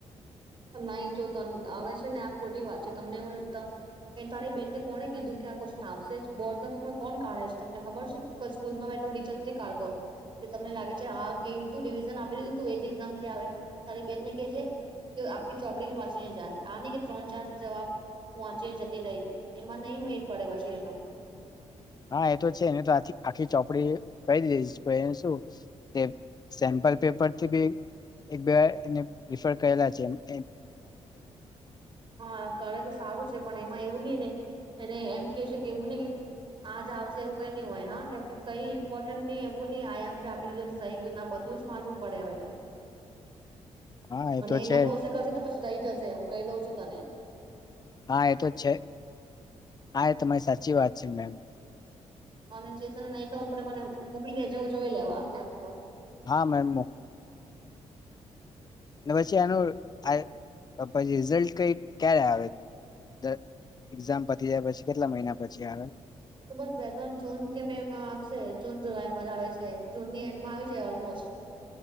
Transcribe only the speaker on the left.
હા એ તો છે, એને તો આ આખી ચોપડી કરી દીધી જ પણ એને શું, તે સેમ્પલ પેપર થી બે એક બેવા એને રિફર કરેલા છે એમ
હા
એ તો
છે
જ.
હા એ તો જ છે હા એ તમારી સાચ ચી વાત છે મેમ
હા મેમ ન પછી એનું આ અ પછી રિઝલ્ટ કઈ ક્યારે આવે દ એક્ઝામ પતી જાય પછી કેટલા મહિના પછી આવે